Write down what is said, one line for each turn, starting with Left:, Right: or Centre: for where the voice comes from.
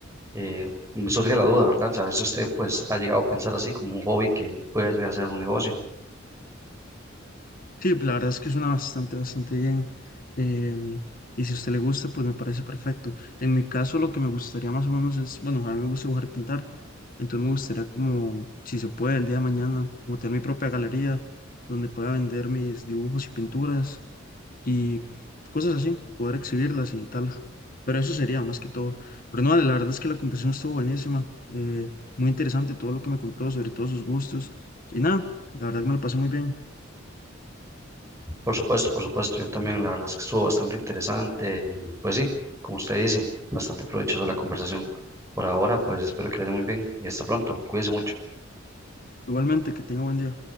Right: eh, me surge la duda, ¿verdad? Saber si usted pues ha llegado a pensar así como un hobby que pueda llegar a ser un negocio.
Left: Sí, la verdad es que suena bastante, bastante bien. em, y si a usted le gusta, pues me parece perfecto. En mi caso, lo que me gustaría más o menos es, bueno, a mí me gusta dibujar y pintar, entonces me gustaría como, si se puede, el día de mañana, como tener mi propia galería donde pueda vender mis dibujos y pinturas y cosas así, poder exhibirlas y tal. Pero eso sería más que todo. Pero no, la verdad es que la conversación estuvo buenísima, eh, muy interesante todo lo que me contó, sobre todos sus gustos. Y nada, la verdad que me lo pasé muy bien.
Right: Por supuesto, por supuesto, yo también, la verdad es que estuvo bastante interesante y pues sí, como usted dice, bastante provechoso la conversación. Por ahora, pues espero que le haya muy bien y hasta pronto. Cuídese mucho.
Left: Igualmente, que tenga buen día.